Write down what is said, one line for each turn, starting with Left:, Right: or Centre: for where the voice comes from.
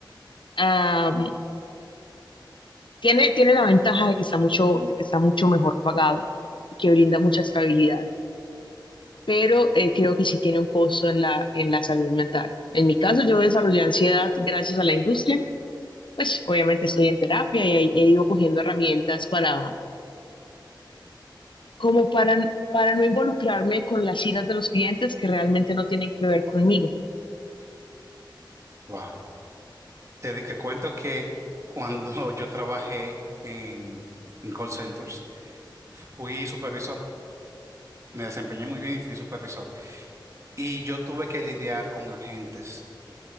Left: Ah, tiene, tiene la ventaja de que está mucho, de que está mucho mejor pagado y que brinda mucha estabilidad pero eh, creo que sí tiene un costo en la, en la salud mental. En mi caso, yo desarrollé ansiedad gracias a la industria. Pues obviamente estoy en terapia y he, he ido cogiendo herramientas para, como para, para no involucrarme con las iras de los clientes que realmente no tienen que ver conmigo.
Right: Wow. Te, te cuento que cuando <laughs> yo trabajé en, en call centers, Fui supervisor, me desempeñé muy bien y fui supervisor. Y yo tuve que lidiar con agentes